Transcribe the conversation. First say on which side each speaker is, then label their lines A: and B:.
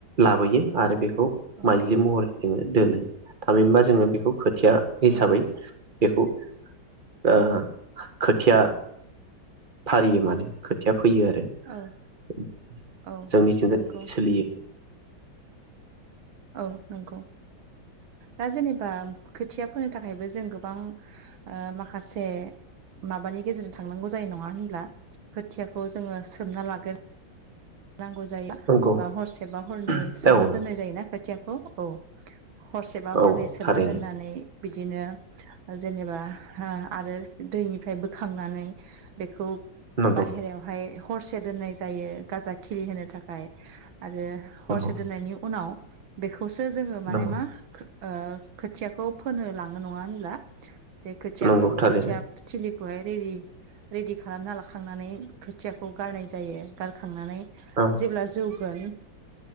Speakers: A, on the right (about 25°); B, on the right (about 90°).
A: लाबोयो आरो बे खौ
B: औ
A: माइलि महरै जोङो दोनो। थामिनबा जोङो बेखौ खोथिया हिसाबै
B: औ
A: बेखौ ओ खोथिया फारियो माने खोथिया फैयो आरो
B: औ
A: जोंनिथिं
B: औ
A: बिदि
B: नंगौ
A: सोलियो।
B: औ नोंगौ‌। दा जेनेबा खोथिया फोनो थाखायबो जों गोबां माखासे माबानि गेजेरजों थांनांगौ जायो नङा होनब्ला खोथियाखौ जोङो सोमना लागोन नांगौ जायो
A: नंगौ
B: बा हरसेबा हरनै
A: औ
B: सोबनानै दोननाय
A: नंगौ
B: जायोना <unintelligible> थियाखौ औ हरसेबा
A: औ
B: हरनै सोमना
A: थारैनो
B: दोननानै बिदिनो जेनेबा ओ आरो दैनिफ्राय बोखांनानै बेखौ
A: नंगौ
B: बाहेरायावहाय हरसे दोननाय जायो गाजा खिलिहोनो थाखाय आरो हरसे
A: नंगौ
B: दोननायनि उनाव बेखौ खौसो जोङो माने
A: नंगौ
B: मा ओ खोथियाखौ फोनो लाङो नङा होनब्ला? जे खोथियाफोर
A: नंगौ थारैनो
B: खोथिया थिलि <unintelligible> हाय रेदि रेदि खालामना लांखांनानै खोथियाखौ गारनाय जायो गारखांनानै
A: औ
B: जेब्ला जौ गोन